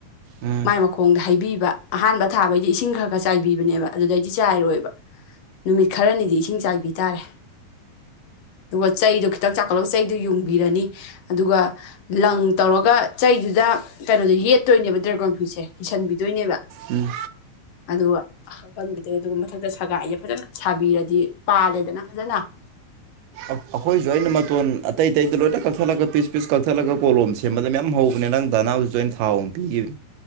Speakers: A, on the right; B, on the left.
A: ꯎꯝ꯫
B: ꯃꯥꯏ ꯃꯈꯣꯡꯗ ꯍꯩꯕꯤꯕ ꯑꯍꯥꯟꯕ ꯊꯥꯕꯩꯗꯤ ꯏꯁꯤꯡ ꯈꯔ ꯈꯔ ꯆꯥꯏꯕꯤꯕꯅꯦꯕ꯫ ꯑꯗꯨꯗꯩꯗꯤ ꯆꯥꯏꯔꯣꯏꯕ ꯅꯨꯃꯤꯠ ꯈꯔꯅꯤꯗꯤ ꯏꯁꯤꯡ ꯆꯥꯏꯕꯤ ꯇꯥꯔꯦ꯫ ꯑꯗꯨꯒ ꯆꯩꯗꯣ ꯈꯤꯇꯪ ꯆꯥꯛꯈꯠꯂꯒ ꯆꯩꯗꯣ ꯌꯨꯡꯕꯤꯔꯅꯤ ꯑꯗꯨꯒ꯫ ꯂꯪ ꯇꯧꯔꯒ ꯆꯩꯗꯨꯗ ꯀꯩꯅꯣꯗ ꯌꯦꯠꯇꯣꯏꯅꯦꯕ ꯗ꯭ꯔꯦꯒꯣꯟ ꯐ꯭ꯔꯨꯏꯠꯁꯦ ꯀꯤꯁꯟꯕꯤꯗꯣꯏꯅꯦꯕ꯫
A: ꯎꯝ
B: ꯑꯗꯨ ꯑꯀꯟꯕꯗ ꯑꯗꯨꯒ ꯃꯊꯛꯇ ꯁꯒꯥꯏꯁꯦ ꯐꯖꯅ ꯁꯥꯕꯤꯔꯗꯤ ꯄꯥꯂꯦꯗꯅ ꯐꯖꯅ ꯫
A: ꯑꯩꯈꯣꯏꯁꯨ ꯑꯩꯅ ꯐꯣꯟ ꯑꯇꯩ ꯑꯇꯩꯗ ꯂꯣꯏꯅ ꯀꯛꯊꯠꯂꯒ ꯄꯤꯁ ꯄꯤꯁ ꯀꯛꯊꯠꯂꯒ ꯀꯣꯂꯣꯝ ꯁꯦꯝꯕꯗ ꯃꯌꯥꯝ ꯍꯧꯕꯅꯦ ꯅꯪ ꯗꯥꯅꯥꯕꯨꯁꯨ ꯑꯩꯅ ꯊꯥꯎ ꯄꯤꯌꯦ